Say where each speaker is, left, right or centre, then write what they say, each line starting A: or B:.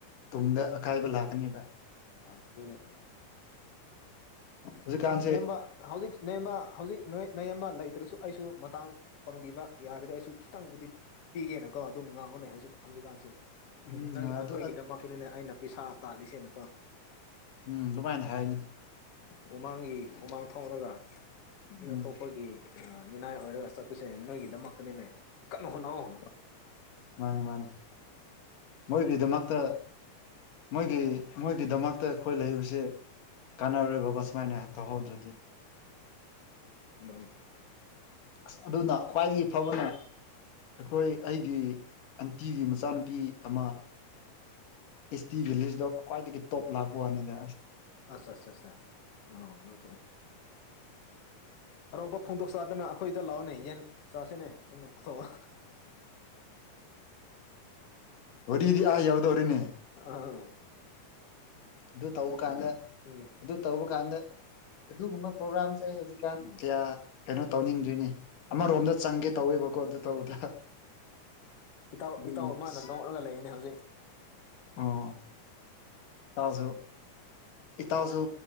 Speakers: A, on the left; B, on the left.
A: ꯇꯨꯡꯗ
B: ꯑꯥ
A: ꯑꯀꯥꯏꯕ ꯂꯥꯛꯀꯅꯦꯕ
B: ꯑꯥ ꯑꯗꯨꯅꯤ
A: ꯍꯧꯖꯤꯛꯀꯥꯟꯁꯦ
B: ꯅꯌꯥꯝꯕ ꯍꯧꯖꯤꯛ ꯅꯦꯝꯕ ꯍꯧꯖꯤꯛ ꯅ ꯅꯦꯝꯕ ꯂꯩꯇ꯭ꯔꯁꯨ ꯑꯩꯁꯨ ꯃꯇꯥꯡ ꯄꯥꯡꯕꯤꯕ ꯌꯥꯔꯗꯤ ꯑꯩꯁꯨ ꯈꯤꯇꯪꯕꯨꯗꯤ ꯄꯤꯒꯦꯅꯀꯣ ꯑꯗꯨꯝ ꯉꯥꯡꯉꯅꯦ ꯍꯧꯖꯤꯛ ꯍꯧꯖꯤꯛꯀꯥꯟꯁꯨ
A: ꯎꯝ
B: ꯅꯪꯒꯤ
A: ꯑꯗꯨ
B: ꯅꯈꯣꯏꯒꯤꯗꯃꯛꯇꯗꯅꯦ ꯑꯩꯅ ꯄꯩꯁꯥ ꯇꯥꯜꯂꯤꯁꯦꯅꯀꯣ
A: ꯎꯝ ꯑꯗꯨꯃꯥꯏꯅ ꯍꯥꯏ
B: ꯃꯃꯥꯡꯒꯤ ꯃꯃꯥꯡ ꯊ ꯊꯣꯛꯂꯒ ꯃꯤ
A: ꯎꯝ
B: ꯑꯇꯣꯞꯄꯒꯤ ꯃꯤꯅꯥꯏ ꯑꯣꯏꯔꯒ ꯆꯠꯄꯨꯁꯦ ꯅꯣꯏꯒꯤꯗꯃꯛꯇꯅꯤꯅꯦ ꯀꯟꯅ ꯍꯣꯠꯅꯧ ꯍꯅ
A: ꯃꯥꯅꯤ ꯃꯥꯅꯤ ꯃꯣꯏꯒꯤꯗꯃꯛꯇ ꯃꯣꯏꯒꯤ ꯃꯣꯏꯒꯤ ꯙꯃꯛ ꯑ ꯑꯩꯈꯣꯏ ꯂꯩꯕꯁꯤꯦ ꯀꯥꯟꯅꯔꯕꯒ ꯁꯨꯃꯥꯏꯅ ꯇꯧꯍꯧꯗ꯭ꯔꯗꯤ
B: ꯑꯗꯨꯗꯅꯤ
A: ꯑꯁ ꯑꯗꯨꯅ ꯈ꯭ꯋꯥꯏꯗꯒꯤ ꯐꯕꯅꯦ ꯑꯩꯈꯣꯏ ꯑꯩꯒꯤ ꯑꯟꯇꯤꯒꯤ ꯃꯆꯥꯅꯨꯄꯤ ꯑꯃ ꯏꯁꯁ ꯇꯤ ꯗ ꯀꯋꯥꯗꯒꯤ ꯇꯣꯞ ꯂꯥꯛꯕꯅꯤꯗ
B: ꯑꯆꯥ ꯑꯆꯥ ꯑ ꯎ ꯍꯔꯥꯎꯕ ꯐꯣꯡꯗꯣꯛ ꯆꯥꯗꯅ ꯑꯩꯈꯣꯏꯗ ꯂꯥꯛꯑꯣꯅꯦ ꯌꯦꯟ ꯆꯥꯁꯤꯅꯦ ꯅꯪꯅ ꯄꯨꯊꯣꯛꯑ
A: ꯋꯥꯔꯤꯗꯤ ꯑꯥ ꯌꯥꯎꯗꯧꯔꯤꯅꯦ
B: ꯑꯥ
A: ꯑꯗꯨ ꯇꯧꯕ ꯀꯥꯟꯗ
B: ꯎꯝ
A: ꯑꯗꯨ ꯇꯧꯕ ꯀꯥꯟꯗ ꯑꯗꯨꯒꯨꯝꯕ ꯄ꯭ꯔꯣꯒ꯭ꯔꯥꯝ ꯑꯩ ꯍꯧꯖꯤꯛꯀꯥꯟ
B: ꯎꯝ
A: ꯀꯌꯥ ꯀꯩꯅꯣ ꯇꯧꯅꯤꯡꯗ꯭ꯣꯏꯅꯦ
B: ꯎꯝ
A: ꯑꯃꯔꯣꯝꯗ
B: ꯎꯝ
A: ꯆꯪꯒꯦ ꯇꯧꯋꯦꯕꯀꯣ ꯑꯗꯨ ꯇꯧꯕꯗ
B: ꯏꯇꯧ
A: ꯑꯗꯨꯒꯤ
B: ꯏꯇꯧ ꯑꯃꯅ
A: ꯑꯁ
B: ꯅꯣꯛꯂꯒ ꯂꯩꯌꯦꯅꯤ ꯍꯧꯖꯤꯛ
A: ꯑꯣ ꯇꯁꯨ ꯇꯁꯨ